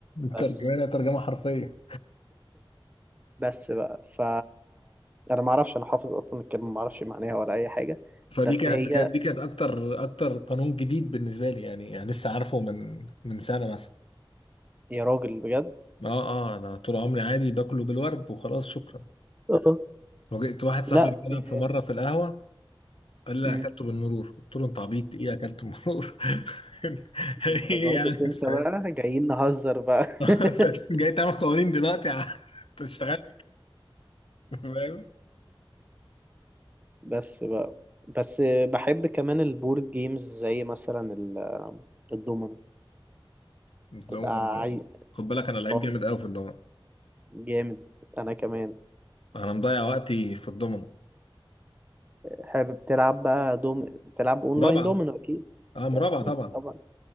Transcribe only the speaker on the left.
ترجمة ترجمة حرفية
فدي
كانت
كانت دي كانت اكتر اكتر قانون جديد بالنسبة لي يعني, يعني لسه عارفه من من سنة مثلا
اه اه انا طول عمري عادي باكله بالورد وخلاص شكرا
وجئت واحد
صاحبي بيلعب
في مره في القهوه قال لي
اكلته بالمرور قلت له انت عبيط ايه اكلته بالمرور <laughs>
ايه
يعني
فاهم
<laughs>
انت جاي تعمل قوانين دلوقتي يا عم انت اشتغلت فاهم
الدومنة-
خد بالك انا لعيب
جامد قوي في الضمنه
انا مضيع وقتي في الضمنه
مرابعه
اه مرابعه
طبعا